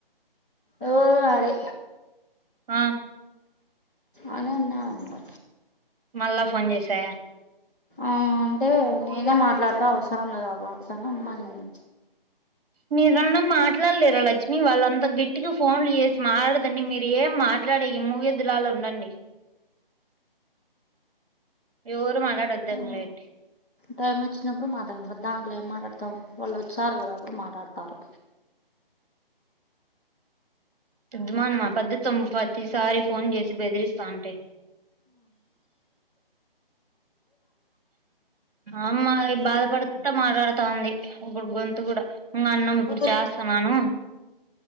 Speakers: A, in the centre; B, on the right.
A: ఎవరు వాడే
B: ఆ
A: అని అన్నా రాంటా
B: మళ్ళా ఫోన్ చేసా
A: ఆ అంటే నేనే మాట్లాడితే అవసరం లేదా బాబుతన్న అన్న నేను
B: మీరున్న మాట్లాడలేరా లక్ష్మి వాళ్ళంతా గిట్టిగా ఫోన్లు చేసి మాట్లాడదండి మీరు ఏం మాట్లాడే మూవ ఎద్దులాల ఉండండి ఎవరు మాట్లాడొద్దంలేండి
A: ఓ టైమ్ వచ్చినపుడు మాటాడతారు దాంగ్లే ఏం మాట్లాడతాం వాళ్ళు వచ్చారు కదా అప్పుడు మాట్లాడతారు
B: సిద్ద్దమా అనమా పెద్ద త ప్రతిసారి ఫోన్ చేసి బెదిరిస్తా అంటే అమా బాధపడుతా మాట్లాడుతా ఉంది ఇప్పుడు గొంతు కూడా ఇంగ అన్నం ఇప్పుడు
A: ఆ
B: చేస్తన్నాను